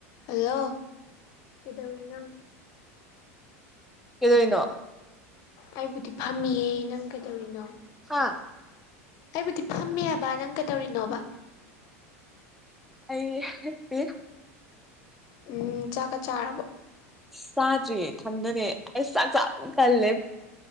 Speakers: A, on the left; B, in the centre.
A: hello ꯀꯩꯗꯧꯔꯤꯅꯣ
B: ꯀꯩꯗꯣꯏꯅꯣ
A: ꯑꯩꯕꯨꯗꯤ ꯐꯝꯃꯤꯌꯦ ꯅꯪ ꯀꯩꯗꯧꯔꯤꯅꯣ
B: ꯍꯥ
A: ꯑꯩꯕꯨꯗꯤ ꯐꯝꯃꯦ ꯍꯥꯏꯕ ꯅꯪ ꯀꯩꯗꯧꯔꯤꯅꯣꯕ
B: ꯑꯩ ꯍꯤꯞꯄꯤ
A: ꯎꯝ ꯆꯥꯛꯀ ꯆꯥꯔꯕꯣ
B: ꯆꯥꯗ꯭ꯔꯤꯌꯦ ꯊꯪꯗꯅꯦ ꯑꯩ ꯆꯥꯛ ꯆꯥ ꯌꯥꯝ ꯇꯜꯂꯦ